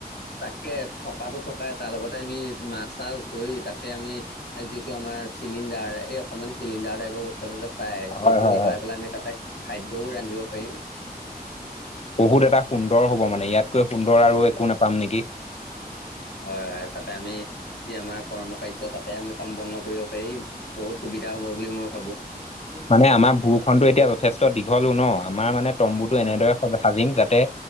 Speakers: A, on the left; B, on the left.
A: তাকে থকাতো থকাই তাৰ লগতে আমি মাছ তাছ ধৰি তাতে আমি যিটো আমাৰ চিলিণ্ডাৰ এই অকণমানি চিলিণ্ডাৰ টাইপৰ বস্ বস্তুটো পাই সেইটো
B: হয়, হয়,
A: লগাই
B: হয়।
A: পেলাই আমি তাতে খাদ্যও ৰান্ধিব পাৰিম।
B: বহুত এটা সুন্দৰ হ'ব মানে ইয়াতকৈ সুন্দৰ আৰু একো নাপাম নেকি?
A: হয়, হয় তাতে আমি যি আমাৰ কৰ্মকায্য তাতে আমি সম্পুৰ্ণ কৰিব পাৰিম। বহুত সুবিধা হ'ব বুলি মই ভাৱোঁ।
B: মানে আমাৰ ভুঁৰখনতো এতিয়া যথেষ্ট দীঘলো ন'। আমাৰ মানে তম্বুটো
A: হয়
B: এনেদৰে স সাজিম যাতে